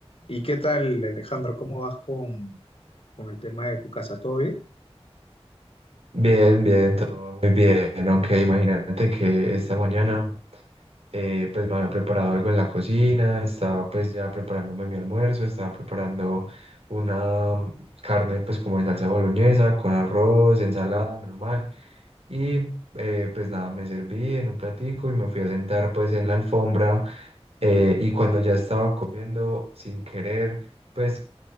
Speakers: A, on the left (about 65°); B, on the right (about 70°).
A: ¿Y qué tal, Alejandro? ¿Cómo vas con, con el tema de tu casa? ¿Todo bien?
B: Bien, bien, todo va muy bien. Aunque imagínate que esta mañana eh, pues me había preparado algo en la cocina, estaba pues ya preparándome mi almuerzo, estaba preparando una carne pues como en salsa boloñesa, con arroz, ensalada normal. Y eh, pues nada, me serví en un platico y me fui a sentar pues en la alfombra eh, y cuando ya estaba comiendo sin querer, pues